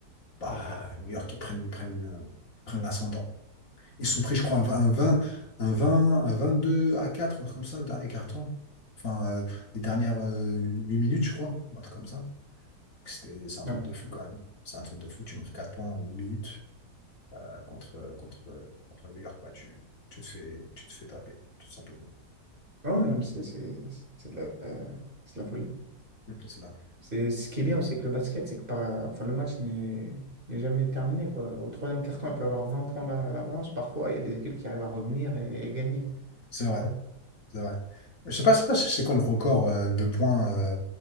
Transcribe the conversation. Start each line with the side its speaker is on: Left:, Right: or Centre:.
Left: Bah, New York, ils prennent, ils prennent, euh, ils prennent l'ascendant. Ils sont pris, je crois, un, v- un 20 un 20 un 22 à quatre un truc comme ça, dernier carton. Enfin, euh, les dernières euh, 8 minutes, je crois, un truc comme ça. Donc, C'était, c'est un
Right: Ouais.
Left: truc de fou quand même. C'est un truc de fou. Tu marques 4 points en huit minutes euh, contre, euh, contre, euh, contre New York. bah, tu, tu te fais, tu te fais taper, tout simplement.
Right: Ah ouais, non, mais c'est c'est- c'est de la, euh, c'est de la folie.
Left: Mm. C'est dingue.
Right: C'est ce qui est bien aussi avec le basket, c'est que par- enfin, le match n'est n'est jamais terminé, quoi. Au troisième carton, il peut y avoir 20 points d'a- d'avance. Parfois, il y a des équipes qui arrivent à revenir et, et gagner.
Left: C'est vrai,
Right: tu vois.
Left: c'est vrai. Je sais pas, je sais pas, c'est quoi le record euh, de points euh,